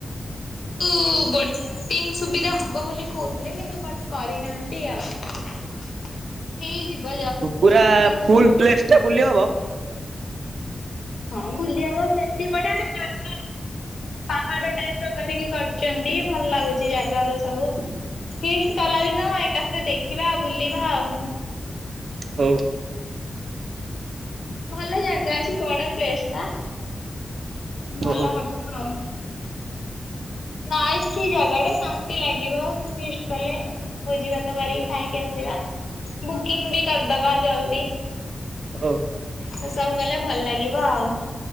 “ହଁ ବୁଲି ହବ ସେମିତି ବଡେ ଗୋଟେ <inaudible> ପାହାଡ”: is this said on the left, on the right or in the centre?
Left